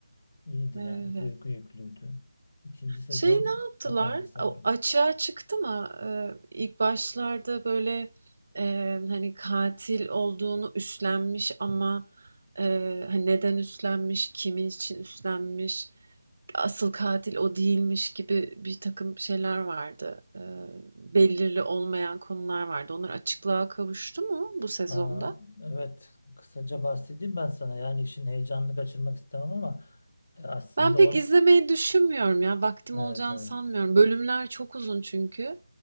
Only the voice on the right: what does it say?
Evet.
Şey ne yaptılar?
O açığa çıktı mı? Ee, ilk başlarda böyle e, hani katil olduğunu üstlenmiş ama e, hani neden üstlenmiş, kimin için üstlenmiş, asıl katil o değilmiş gibi bir takım şeyler vardı. Ee, belirli olmayan konular vardı. Onlar açıklığa kavuştu mu bu sezonda?
Ben pek
izlemeyi düşünmüyorum ya. Vaktim
olacağını
sanmıyorum. Bölümler çok uzun çünkü.